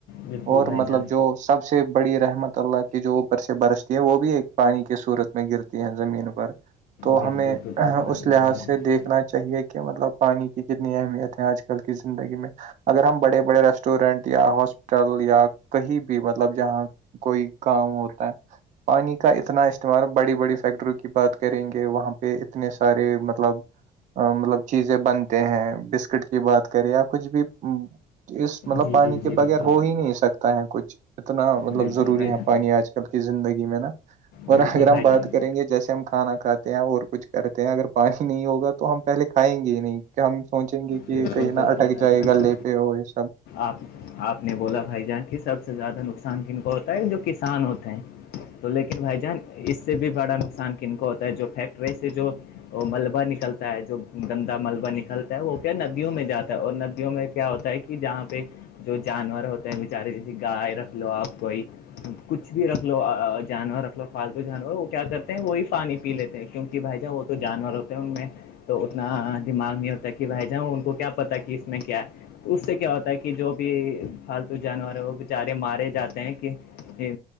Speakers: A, on the left; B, on the right.
A: بالکل
B: اور
A: بھائی
B: مطلب
A: جان
B: جو سب سے سے بڑی رحمت اللہ کی جو اوپر سے برستی ہے وہ بھی ایک پانی کی صورت میں گرتی ہے زمین پر تو
A: بالکل
B: ہمیں
A: بالکل ماشاء
B: اس لحاظ
A: اللہ بھائی جان
B: سے دیکھ اتنا چاہیے کہ مطلب پانی کی کتنی اہمیت ہے آج کل کی زندگی میں اگر ہم بڑے بڑے ریسٹورینٹ یا ہاسپٹل یا کہیں بھی مطلب جہاں کوئی کام ہوتا ہے پانی کا اتنا استعمال بڑی بڑی فیکٹریوں کی بات کریں گے وہاں پہ اتنے سارے مطلب مطلب چیزیں بنتے ہیں بسکٹ کی بات کرے یا کچھ بھی اس مطلب
A: جی
B: پانی
A: جی
B: کے
A: جی بالکل
B: بغیر ہو ہی نہیں سکتا ہے کچھ اتنا مطلب
A: بالکل
B: ضروری
A: بھائی
B: ہے
A: جان
B: پانی آج کل زندگی میں نا اور
A: بالکل
B: اگر
A: بھائی
B: ہم بات
A: جان
B: کریں گے جیسے ہم کھانا کھاتے اور کچھ کرتے ہیں اگر پانی نہیں ہوگا تو ہم پہلے کھائیں گے ہی نہیں کہ ہم سوچیں گے کہ
A: بالکل
B: کہیں نہ
A: بالکل
B: اٹک
A: بھائی
B: جائے
A: جان
B: گ لے پہ ہو یہ سب
A: آپ آپ نے بولا بھائی جان کی سب سے زیادہ نقصان کن کو ہوتا ہے جو کسان ہوتے ہیں تو لیکن بھائی جان اس سے بھی بڑا نقصان کن کو ہوتا ہے جو فیکٹری سے جو وہ ملبہ نکلتا ہے جو گندا ملبہ نکلتا ہے وہ ندیوں میں جاتا ہے اور ندیوں میں کیا ہوتا ہے کہ جہاں پہ جو جانور ہوتے ہیں بیچارے جیسے گائے رکھ لو آپ کوئی کچھ بھی رکھ لو جانور رکھ لو فالتو جانور وہ کیا کرتے ہیں وہی پانی پی لیتے ہیں کیونکہ بھائی جان وہ تو جانور ہوتے ہیں ان میں تو اتنا دماغ نہیں ہوتا کہ کہ بھائی جانؤوں ان کو کیا پتاہ کہ اس میں کیا اس سے کیا ہوتا ہے کہ جو بھی پالتو جانور ہے وہ بچارے مارے جاتے ہیں کہ